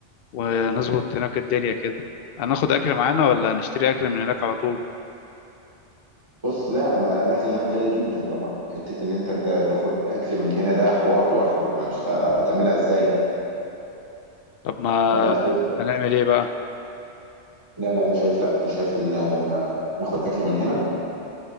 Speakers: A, on the left; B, on the right.
A: ونظبط هناك الدنيا كده هناخد اكل معانا ولا هنشتري اكل من هناك على طول
B: بص لا عند الاكل هناك غالي جدا طبعا حته ان انت تا- تاخد اكل من هنا ده حوار لوحده مش هتعملها ازاي يعني
A: طب ما
B: فانا شايف لا
A: هنعمل ايه بقى
B: لا لا انا شايف لا انا شايف ان آه، ناخد اكل من هنا